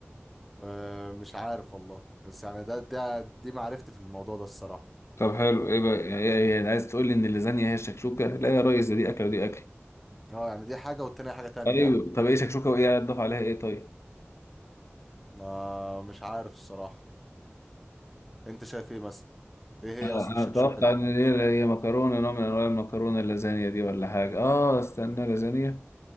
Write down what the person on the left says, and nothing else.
طب حلو ايه بقى هي هي عايز تقول لي ان اللازانيا هي الشكشوكة لا يا ريس ده دي اكل ودي اكل
ايوه
طب ايه شكشوكة وايه هتضاف عليها ايه طيب
انا
أنا
اتوقع
ان هي هي مكرونة نوع من انواع المكرونة اللازانيا دي ولا حاجة اه استنى لازانيا